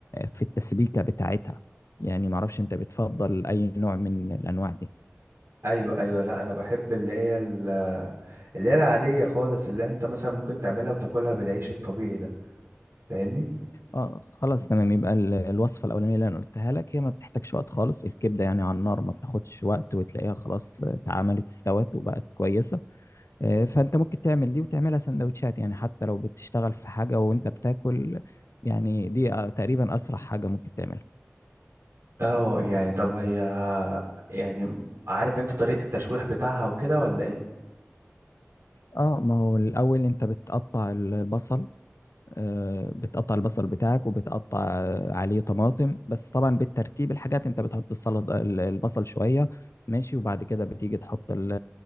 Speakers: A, on the left; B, on the right.
A: في التسبيكة بتاعتها يعني معرفش انت بتفضل اي نوع من الانواع دي
B: ايوه ايوه لا انا بحب اللي هي ال- اللي هي العاديه خالص اللي انت مثلا ممكن تعملها وتاكلها بالعيش الطبيعي ده فاهمني
A: اه خلاص تمام يبقى ال- الوصفة الاولانية اللي انا قلتها لك هي ما بتحتاجش وقت خالص الكبدة يعني على النار ما بتاخدش وقت وتلاقيها خلاص اتعملت استوت وبقت كويسة آه، فانت ممكن تعمل دي وتعملها سندوتشات يعني حتى لو بتشتغل في حاجة وانت بتاكل يعني دي آه، تقريبا اسرع حاجة ممكن تعملها
B: اه يعني طب هي يعني عارف انت طريقة التشويح بتاعها وكده ولا ايه
A: اه ما هو الاول انت بتقطع البصل آه، بتقطع البصل بتاعك وبتقطع آه، عليه طماطم بس طبعا بالترتيب الحاجات انت بتحط السلطه ال- البصل شويه ماشي وبعد كده بتيجي تحط ال-